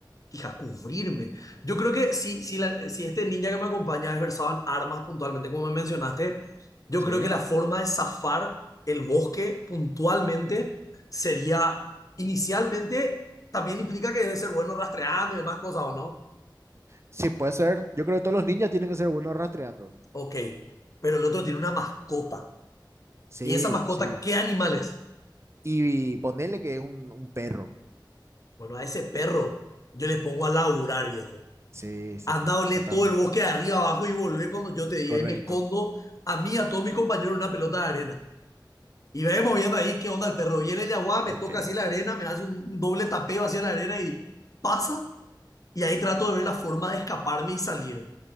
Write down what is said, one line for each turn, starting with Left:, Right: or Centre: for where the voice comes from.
Left: hija, cubrirme. Yo creo que si, si, la- si este ninja que me acompaña es versado en armas puntualmente, como me mencionaste, yo
Right: Sí,
Left: creo que la forma de zafar el bosque puntualmente sería, inicialmente, también implica que debe ser bueno rastreando y demás cosas, ¿o no?
Right: sí, puede ser. Yo creo que todos los ninjas tienen que ser buenos rastreando.
Left: Ok, pero el otro tiene una mascota.
Right: Sí,
Left: ¿Y esa mascota
Right: sí.
Left: qué animal es?
Right: Y, ponerle que es un, un perro.
Left: Bueno, a ese perro yo le pongo a laburar, viejo.
Right: Sí, sí,
Left: Anda,
Right: sí,
Left: olé
Right: totalmente.
Left: todo el bosque de arriba abajo y volvé cuando yo te diga
Right: Correcto.
Left: y me escondo a mí, a todos mis compañeros, en una pelota de arena. Y vemos moviendo ahí qué onda el perro. Viene el yaguá,
Right: Ok.
Left: me toca así la arena, me hace un, un doble tapeo hacia la arena y pasa. Y ahí trato de ver la forma de escaparme y salir.